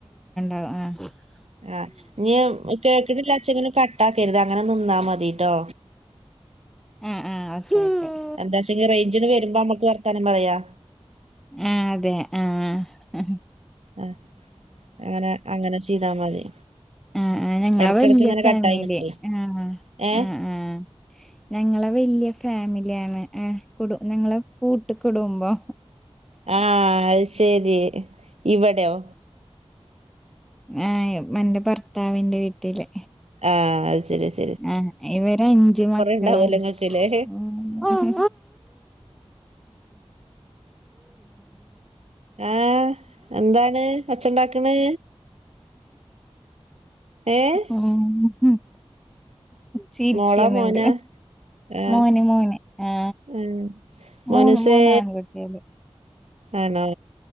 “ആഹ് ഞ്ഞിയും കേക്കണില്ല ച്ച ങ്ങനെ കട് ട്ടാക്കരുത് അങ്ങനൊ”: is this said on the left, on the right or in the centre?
Right